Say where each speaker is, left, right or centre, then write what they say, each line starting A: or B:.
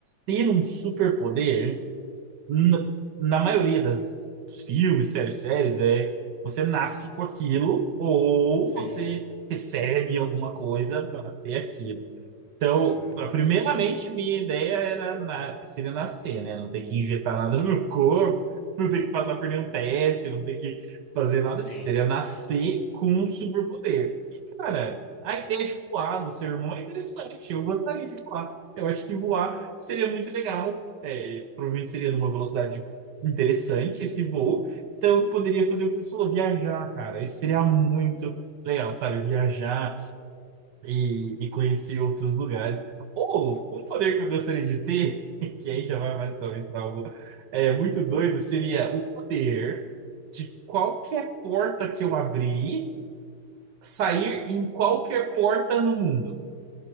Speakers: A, on the right (about 70°); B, on the left (about 65°).
A: ter um superpoder, na, na maioria das dos filmes, séries, séries, é você nasce com aquilo ou
B: Sim.
A: você recebe alguma coisa para ter aquilo. Então,
B: Uhum.
A: a- primeiramente, minha ideia era na- seria nascer, né? Não ter que injetar nada no <laughs> corpo, não ter que passar por nenhum teste, não ter que fazer nada
B: Sim.
A: disso. Seria nascer com um superpoder. Cara, a ideia de voar do seu irmão é interessante. Eu gostaria de voar. Eu acho que voar seria muito legal. É, provavelmente seria numa velocidade interessante esse voo. Então, eu poderia fazer o que você falou, viajar, cara. Isso seria muito legal, sabe? Viajar e, e conhecer outros lugares. Ou um poder que eu gostaria de ter, <laughs> que aí já vai mais talvez para algo é, muito doido, seria o poder de qualquer porta que eu abrir sair em qualquer porta no mundo.